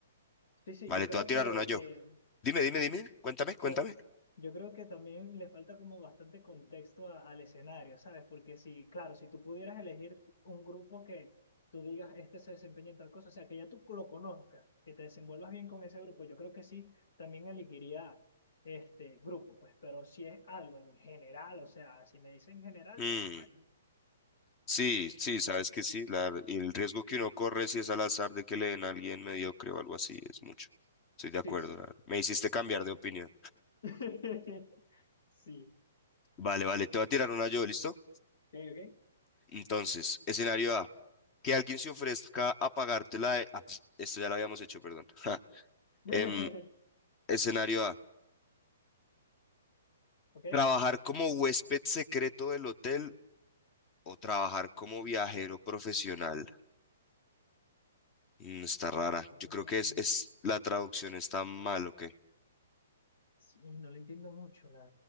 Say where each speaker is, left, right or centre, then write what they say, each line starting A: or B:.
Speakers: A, on the left; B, on the left.
A: Sí, sí,
B: Vale,
A: yo creo
B: te voy a tirar
A: que,
B: una yo.
A: que,
B: Dime, dime,
A: ajá.
B: dime, cuéntame, cuéntame.
A: Bueno, yo creo que también le falta como bastante contexto a- al escenario, ¿sabes? Porque si, claro, si tú pudieras elegir un grupo que tú digas, este se desempeña en tal cosa, o sea, que ya tú lo conozcas, que te desenvuelvas bien con ese grupo, yo creo que sí, también elegiría este grupo, pues, pero si es algo en general, o sea, si me dicen en general,
B: Mm,
A: yo, bueno,
B: sí, sí, sabes que sí, la, y el riesgo que uno corre si es al azar de que le den a alguien mediocre o algo así es mucho. Estoy de acuerdo,
A: sí, sí.
B: la- me hiciste cambiar de opinión.
A: <laughs> Sí,
B: Vale, vale, te voy a tirar una yo, ¿listo?
A: ok,
B: Entonces, escenario A,
A: ok.
B: que alguien se ofrezca a pagarte la... de- ah, pf, esto ya lo habíamos hecho, perdón. <laughs>
A: <laughs>
B: Em, escenario A,
A: Ok.
B: trabajar como huésped secreto del hotel o trabajar como viajero profesional. Mm, está rara.
A: Yo
B: Yo
A: profesional.
B: creo que es, es la traducción está mal, ¿ok?
A: Sí, no lo entiendo mucho, la